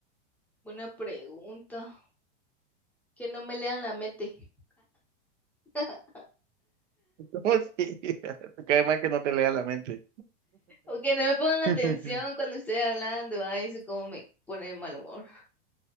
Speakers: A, in the centre; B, on the right.
A: buena pregunta. Que no me lean la mente. <laughs>
B: <laughs> No, sí, <laughs> cae mal que no te lea la mente.
A: O que no me pongan atención
B: <laughs>
A: cuando estoy hablando. Ay, eso como me pone de mal humor.